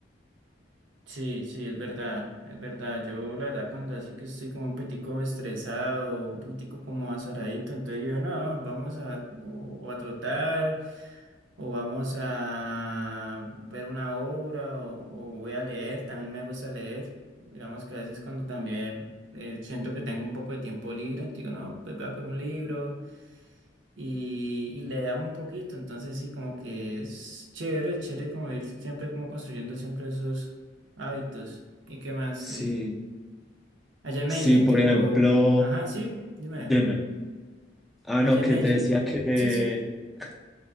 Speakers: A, on the right; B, in the centre.
A: Sí, sí, es verdad, es verdad. Yo la verdad cuando así que estoy como un poquitico estresado, un poquitico como azoradito, entonces yo digo, no, vamos a o, o a trotar o vamos a ver una obra o, o voy a leer, también me gusta leer. Digamos que a veces cuando también eh, siento que tengo un poco de tiempo libre, entonces digo, no, pues voy a con un libro y, y le damos un poquito. Entonces sí, como que es chévere, chévere como ir siempre como construyendo siempre esos hábitos. ¿Y qué más?
B: Sí,
A: Eh, allá en Medellín,
B: sí, por
A: tipo,
B: ejemplo,
A: ajá, sí, dime,
B: dime, ah,
A: allá
B: no,
A: en
B: que
A: Medellín,
B: te decía que...
A: sí, sí.
B: <laughs>